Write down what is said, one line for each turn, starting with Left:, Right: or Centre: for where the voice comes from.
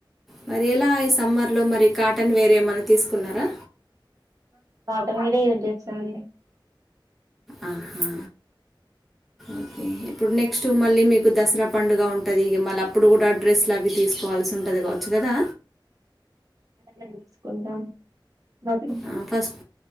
Centre: మరి ఎలా ఈ సమ్మర్లో మరి కాటన్ వేర్ ఏమైనా తీసుకున్నారా
Right: కాటన్ వీరే యూజ్ చేస్తామండి
Centre: ఆహా ఓకే ఇప్పుడు నెక్స్ట్ మళ్ళీ మీకు దసరా పండుగ ఉంటుంది మళ్ అప్పుడు కూడా డ్రెస్సులు అ తీకోల్సి ఉంటుంది కావచ్చు కదా
Right: అట్లనే తీసుకుంటాం బతుకమ్మ
Centre: ఆ ఫస్ట్